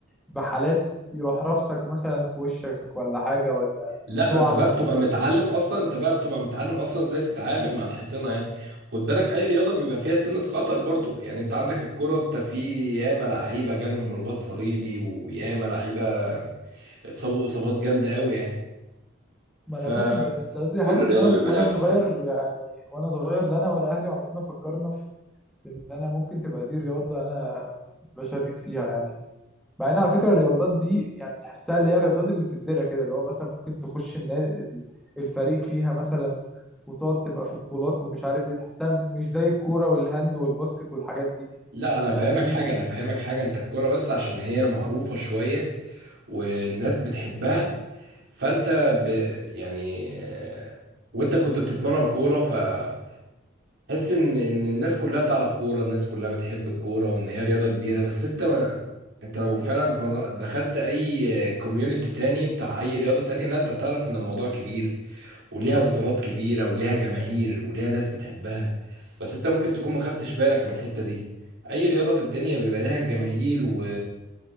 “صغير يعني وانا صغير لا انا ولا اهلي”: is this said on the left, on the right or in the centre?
Centre